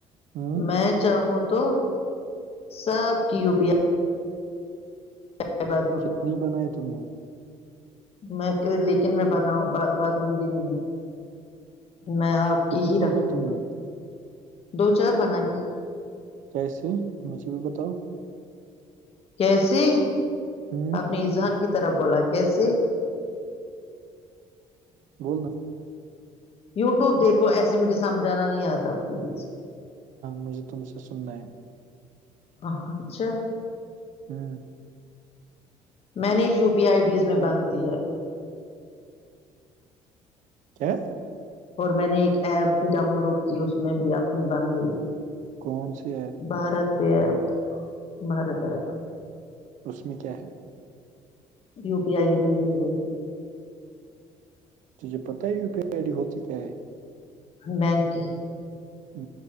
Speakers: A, on the right; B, on the left.
A: ہوں
B: میں چاہوں تو سب کی وپییا <inaudible>
A: کتنی بنائی تم نے
B: میں لیکن میں بتا بدلوں گی نہیں میں آپ
A: کتنی
B: کی ہی
A: بنائی
B: رکھوں
A: تم
B: گی
A: نے
B: دو چار بنا لی
A: کیسے مجھے بھی بتاؤ
B: کیسے
A: ہوں
B: آپ نے اذہان کی طرف بولا کیسے
A: بولنا
B: یوٹیوب دیکھو ایسے مجھے سمجھانا نہیں آتا پلیز
A: مجھے تم سے سننا ہے
B: اچھا
A: ہوں
B: مینج U P I I days میں بنتی ہے
A: کیا <unintelligible>
B: <unintelligible>
A: کون سی آپ <unintelligible>
B: بھارت بھیہ ایپ بھارت ایپ
A: اس میں کیا ہے
B: یو پی آئی ڈ مل رہی ہے اس
A: تجھے پت ہے یو پی آئی ڈی ہوتی کیا ہے
B: بینکی <unintelligible>
A: ہ